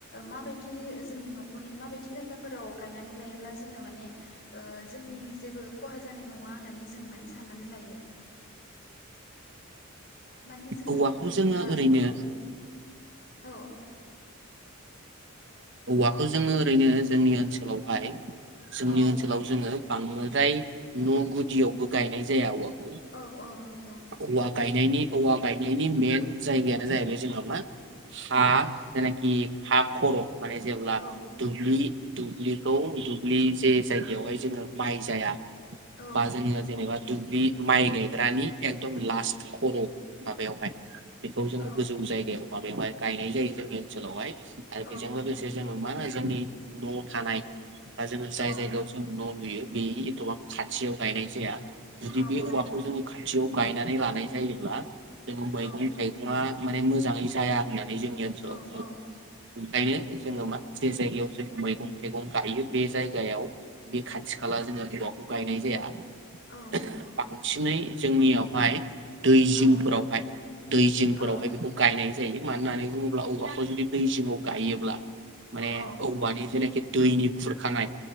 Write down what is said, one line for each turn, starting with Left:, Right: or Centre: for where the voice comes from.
Left: माबायदि जोंनि न'खरनि मा बायदि जायगाफोराव। गायनानै लायोब्ला जोङो माने। ओ जोंनि जेबो खहा जानाय नङा होननानै जों माने साननानै लायो। माने जोङो
Right: औवाखौ
Left: बर'फ्रा
Right: जोङो ओरैनो
Left: औ औ औ।
Right: औवाखौ जोङो ओरैनो जोंनि ओनसोलावहाय जोंनि
Left: औ
Right: ओनसोलाव जोङो बांद्राय न' गुदियावबो गायनाय जाया औवाखौ।
Left: औ औ नंगौ।
Right: औवा गायनायनि औवा गायनायनि मेन जायगायानो जाहैबाय जोंहा मा हा जायनाखि हा खर'। माने जेब्ला
Left: औ
Right: दुब्लि दुब्लिखौ दुब्लि जे जायगायावहाय जोङो माइ जाया
Left: औ
Right: बाजोङो जेनेबा दुब्लि माइ गायग्रानि एकदम लास्ट खर' माबायावहाय बेखौ जोङो
Left: औ
Right: गोजौ जायगायाव माबेवहाइ गायनाय जायो जोंनि ओनसोलावहाय। <unintelligible> बेजों
Left: औ नंगौ
Right: लोगोसे जोङो मा? जोंनि न'आव थानाय। बा जोङो जाय
Left: औ
Right: जायगायाव जों न' लुयो। बे एथ'बा खाथियाव गायनाय जाया जुदि
Left: औ
Right: बे
Left: औ
Right: औवाखौ जोङो खाथियाव गायनानै लानाय जायोब्ला जोङो मैगं
Left: औ
Right: थाइगंआ माने मोजाङै जाया होननानै जोंनि ओनसोलाव
Left: औ
Right: बुङो।
Left: औ
Right: ओंखायनो जोङो मा जे जायगायाव जों मैगं थाइगं गायो बे जायगायाव बे खाथि खाला जोङो औवाखौ गायनाय जाया।
Left: औ नंगौ
Right: बांसिनै जोंनियावहाय दै जिंफोरावहाय
Left: औ
Right: दै जिंफोरावहाय
Left: औ
Right: बेखौ गायनाय जायो मानो होननानै बुङोब्ला औवाखौ जु दै जिंआव गायोब्ला माने
Left: औ
Right: औवानि जेनाखि दैनि खुरखानाय